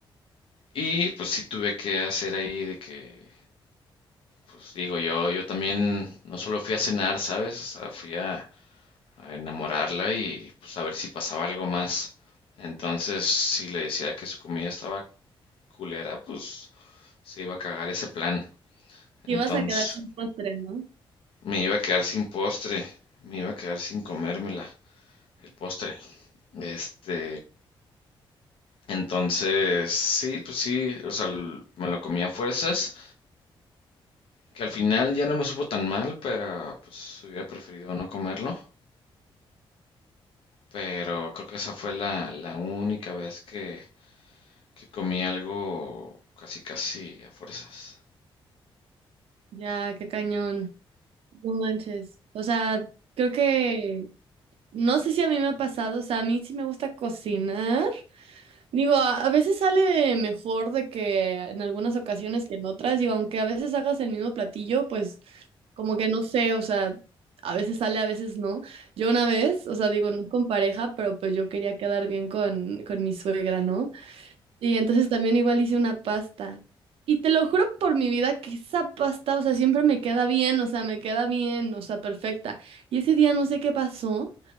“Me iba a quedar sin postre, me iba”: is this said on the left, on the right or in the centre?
Left